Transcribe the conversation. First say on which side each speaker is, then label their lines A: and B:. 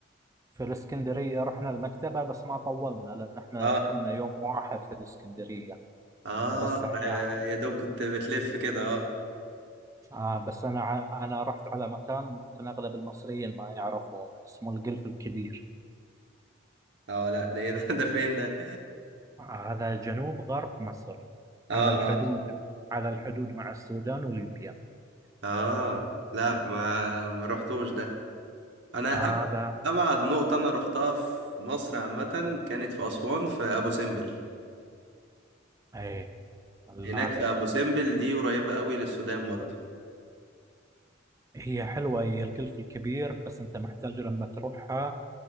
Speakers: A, on the right; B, on the right.
A: في الإسكندرية رحنا المكتبة بس ما طولنا لأن إحنا
B: اه
A: كنا يوم واحد في الإسكندرية
B: اه
A: بس
B: ف-
A: إحنا
B: يا دوب كنت بتلف كده اه
A: آه بس أنا ع- أنا رحت على مكان يمكن أغلب المصريين ما يعرفونه اسمه القلف الكبير
B: اه لا ده ايه ده <laughs> ده فين ده
A: آه هذا جنوب غرب مصر
B: اه
A: على الحدود
B: اه
A: على الحدود مع السودان وليبيا
B: اه لا ما ما رحتوش ده انا
A: هذا
B: أب- ابعد نقطه انا رحتها في مصر عامه كانت في اسوان في ابو سمبل
A: إيه المعبد
B: هناك في ابو سمبل دي قريبه قوي للسودان برضه
A: هي حلوة هي القلف الكبير بس أنت محتاج لما تروحها